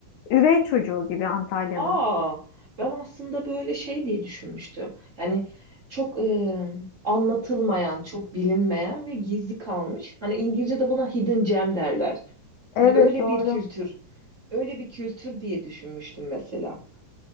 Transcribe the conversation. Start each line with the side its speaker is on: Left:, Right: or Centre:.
Left: üvey çocuğu gibi Antalya'nın.
Right: Aa, ben aslında böyle şey diye düşünmüştüm. Yani çok e, anlatılmayan, çok bilinmeyen ve gizli kalmış. Hani İngilizce'de buna hidden gem derler.
Left: Evet
Right: Hani öyle
Left: doğru.
Right: bir kültür, öyle bir kültür diye düşünmüştüm mesela.